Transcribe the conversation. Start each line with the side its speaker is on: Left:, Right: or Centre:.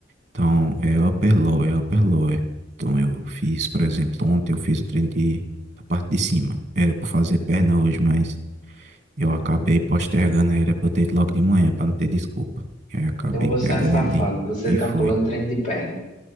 Right: Então, é upper lower, é upper lower. Então, eu fiz, por exemplo, ontem eu fiz o treino de, da parte de cima. Era para fazer perna hoje, mas eu acabei postergando, aí era para eu ter ido logo de manhã, para não ter desculpa. E aí eu acabei
Left: Então você
Right: pegando
Left: é safado,
Right: e nem,
Left: você
Right: nem
Left: tá
Right: foi.
Left: pulando treino de perna.